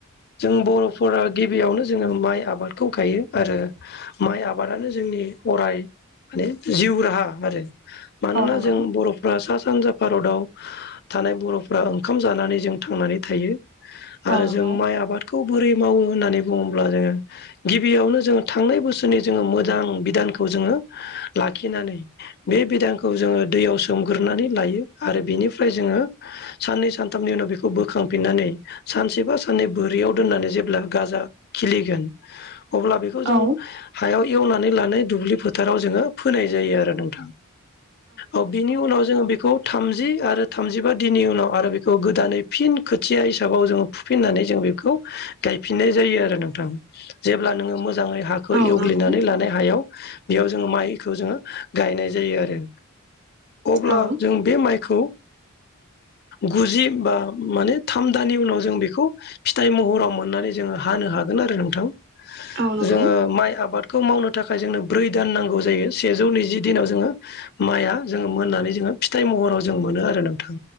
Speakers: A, on the left (about 45°); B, on the right (about 55°).
A: जों बर'फोरा गिबियावनो जोङो माइ आबादखौ गायो आरो माइ आबादानो जोंनि अराय माने जिउ राहा आरो। मानोना
B: औ नंगौ
A: जों बर'फ्रा सा सानजा भारताव थानाय बर'फ्रा ओंखाम जानानै जों थांनानै थायो। आरो
B: औ नंगौ
A: जों माइ आबादखौ बोरै मावो होननानै बुङोब्ला जोङो गिबियावनो जोङो थांनाय बोसोरनि जोङो मोजां बिधानखौ जोङो लाखिनानै बे बिदांखौ जोङो दैयाव सोमग्रोनानै लायो आरो बिनिफ्राय जोङो साननै सानथामनि उनाव बेखौ बोखां फिननानै सानसे बा साननै बोरियाव दोननानै जेब्ला गाजा खिलिगोन अब्ला बे खौ जों
B: औ
A: हायाव एवनानै लानाय दुब्लि फोथाराव जोङो फोनाय जायो आरो नोंथां। औ बिनि उनाव जोङो बे खौ थामजि आरो थामजिबा दिननि उनाव आरो बेखौ गोदानै फिन खोथिया हिसाबाव जोङो फुफिननानै जों बेखौ गायफिननाय जायो आरो नोंथां जेब्ला नोङो मोजाङै हा खौ
B: औ
A: एवग्लिनानै
B: नंगौ
A: लानाय हायाव बेयाव जोङो माइ खौ जोङो गायनाय जायो आरो अब्ला
B: औ
A: जों बे माइखौ गुजि बा माने थाम दानि उनाव जों बेखौ फिथाइ महराव मोननानै जोङो हानो हागोन आरो नोंथां
B: औ नंगौ
A: जोङो माइ आबाद खौ मावनो थाखाय जोंनो ब्रै दान नांगौ जायो सेजौ नैजि दिनाव जोङो माइआ जोङो मोननानै जोङो फिथाइ महराव जों मोनो आरो नोंथां